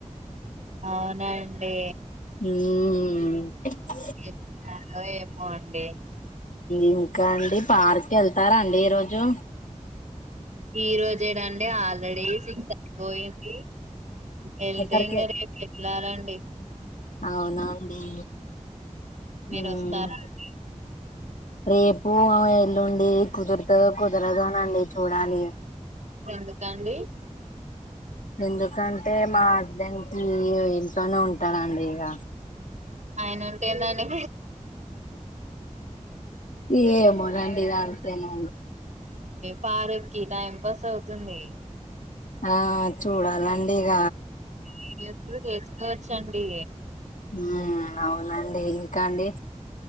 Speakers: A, on the right; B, on the left.
A: అవునండి
B: మ్మ్
A: ఎం చేయాలో ఏమో అండి
B: ఇంకా అండి పార్క్ వెళ్తారా అండి ఈ రోజు
A: ఈ రోజేనాండి ఆల్రెడీ సిక్స్ అయిపోయింది వెళ్తే
B: ఎక్కడికి
A: ఇంకా రేపు వెళ్ళాల్లి అండి
B: అవునా అండి
A: మీరు
B: ఉమ్,
A: వస్తారా అండి
B: రేపు ఎల్లుండి కుదురతదో కుదరదోనండి చూడాలి
A: ఎందుకు అండి
B: ఎందుకంటే మా హస్బెండ్ కి ఇంట్లోనే ఉంటాడండి ఇక
A: అయన ఉంటే ఎందండి
B: ఏమో నండి ఇగ అతేనా
A: పారక్కి టైం పాస్ అవుతుంది
B: ఆ చూడాలండి ఇక
A: వీడియోస్ కూడా చేసుకోవచ్చండి
B: మ్మ్ అవునండి ఇంకా అండి